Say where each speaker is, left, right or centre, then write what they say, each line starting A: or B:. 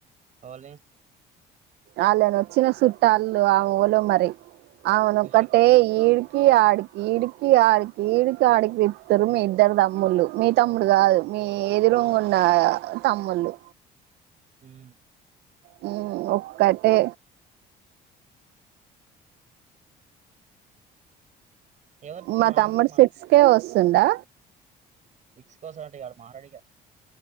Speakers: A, on the right; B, on the right.
A: ఎవలు
B: అళను వచ్చిన సుట్టాలులో అల్లు ఎవలో మరి అవును
A: ఖుషి
B: ఒకట్టే ఈడ్ ఇకి ఆడికి ఇడికి ఆడికి ఇడికి ఆడికి తిప్తారు మీ ఇద్దరు తమ్ముళ్ళు మీ తమ్ముడు కాదు మీ ఎదురంగు ఉన్న తమ్ముళ్ళు
A: హ్మ్
B: హ్మ్ ఒక్కటే
A: ఎవరి తిప్ప
B: మా
A: నాయమ్మ
B: తమ్ముడు సిక్స్ కే వస్ స్తుండా
A: సిక్స్ కోసం అంటే ఇక ఆడు మారడుగా